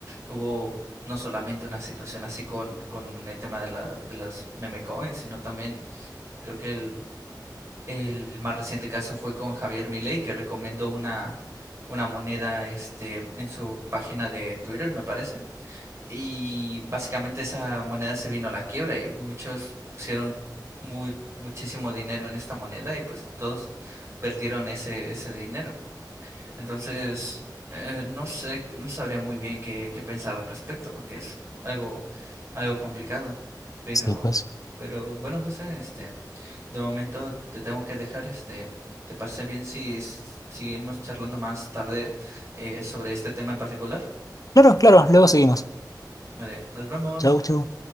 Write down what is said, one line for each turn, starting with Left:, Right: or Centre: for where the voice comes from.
Right: Hubo no solamente una situación así con, con el tema de la, de las meme coins, sino también creo que el el más reciente caso fue con Javier Milei, que recomendó una, una moneda este, en su página de Twitter, me parece. Y básicamente esa moneda se vino a la quiebra y muchos pusieron mu- muchísimo dinero en esta moneda y pues todos perdieron ese, ese dinero. Entonces, eh, no sé, no sabría muy bien qué, qué pensar al respecto, porque es algo, algo complicado. Pero,
Left: Sí, pues.
Right: pero bueno, José, este, de momento te tengo que dejar, este, ¿te parece bien si s- seguimos charlando más tarde eh, sobre este tema en particular?
Left: Claro, claro, luego seguimos.
Right: Vale, nos vemos.
Left: Chau, chau.